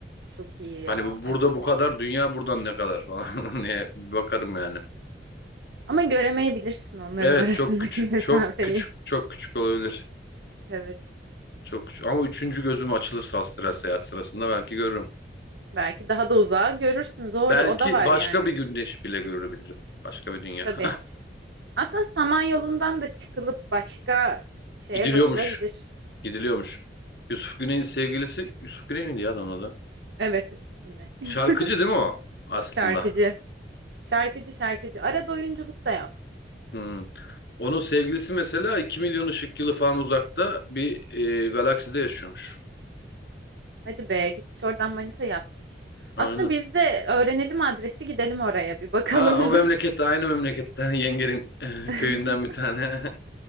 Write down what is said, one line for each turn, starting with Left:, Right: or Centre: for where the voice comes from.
Right: Çok iyi ya.
Left: Hani bu burada
Right: Evet.
Left: bu kadar, dünya buradan ne kadar falan <laughs> diye bakarım yani.
Right: Ama göremeyebilirsin onların
Left: Evet
Right: arasındaki
Left: çok küçük,
Right: <laughs> mesafeyi.
Left: çok küçük, çok küçük olabilir.
Right: Evet.
Left: Çok küçük. Ama üçüncü gözüm açılırsa astral seyahat sırasında belki görürüm.
Right: Belki daha da uzağa görürsün. Doğru,
Left: Belki
Right: o da var
Left: başka
Right: yani.
Left: bir güneş bile görebilirim. Başka bir dünya.
Right: Tabii. Aslında Samanyolu'ndan da çıkılıp başka
Left: <laughs>
Right: şeye
Left: Gidiliyormuş.
Right: bakılabilir.
Left: Gidiliyormuş. Yusuf Güney'in sevgilisi Yusuf Güney miydi ya adamın adı?
Right: Evet, Yusuf Güney. <laughs>
Left: Şarkıcı değil mi o aslında?
Right: Şarkıcı. Şarkıcı şarkıcı. Arada oyunculuk da yaptı.
Left: Hmm. Onun sevgilisi mesela 2 milyon ışık yılı falan uzakta bir e, galakside yaşıyormuş.
Right: Hadi be gitmiş oradan manita yapmış.
Left: Aynen.
Right: Aslında biz de öğrenelim adresi gidelim oraya bir bakalım.
Left: Aa, o memlekette aynı memleketten <laughs> yengenin eh,
Right: <laughs>
Left: köyünden bir tane.